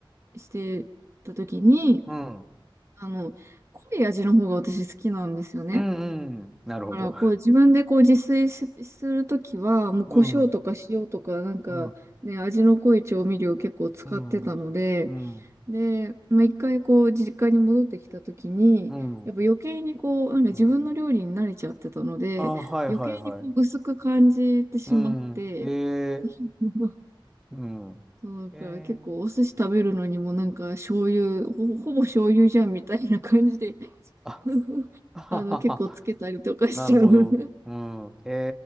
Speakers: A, on the right; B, in the centre.
A: してた時に、
B: うん
A: あの、濃い味の方が私好きなんですよね。
B: うん。なるほど。
A: だから、こう自分でこう自炊しするときは、もう胡椒とか塩とか、
B: うん。う
A: なんかね、
B: ん。
A: 味の濃い調味料結構使ってたので、
B: うん。うん。
A: で、まあ、一回こう実家に戻ってきたときに、
B: うん。
A: やっぱ余計にこう、なんか自分の料理に慣れちゃってたので、
B: うんあ、はいはいはい。
A: 余計にこう薄く感じてしまって、
B: うん。え
A: <laughs>
B: え。うん。
A: そう、なんか結構お寿司食べるのにもなんか醤油、
B: ええ。
A: ほぼ、ほぼ醤油じゃんみたいな感じで
B: あ、
A: <laughs>
B: <laughs> あははは。
A: あの、結構つけたりとかしちゃう。
B: なるほど。うん。え